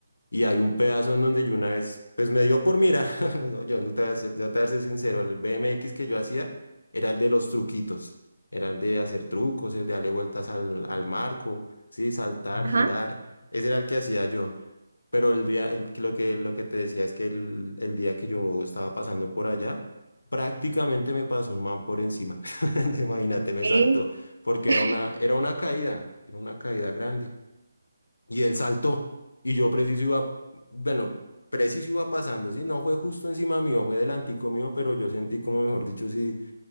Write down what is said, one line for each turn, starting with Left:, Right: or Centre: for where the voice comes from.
Left: Y hay un pedazo en donde yo una vez, pues me dio por mirar, <laughs> no, yo no te voy a ser, yo te voy a ser sincero, el BMX que yo hacía era el de los truquitos, era el de hacer trucos, el de darle vueltas al, al marco, sí, saltar,
Right: Ajá.
Left: girar, ese era el que hacía yo. Pero el día, el- lo que, lo que te decía es que el, el día que yo estaba pasando por allá, prácticamente me pasó un man por encima. <laughs> Imagínate, me
Right: Eh,
Left: saltó, porque
Right: <laughs>
Left: era una, era una caída, era una caída grande. Y él saltó, y yo preciso iba, bueno, preciso iba pasando, sí, no fue justo encima mío, fue delantico mío, pero yo sentí como, mejor dicho, si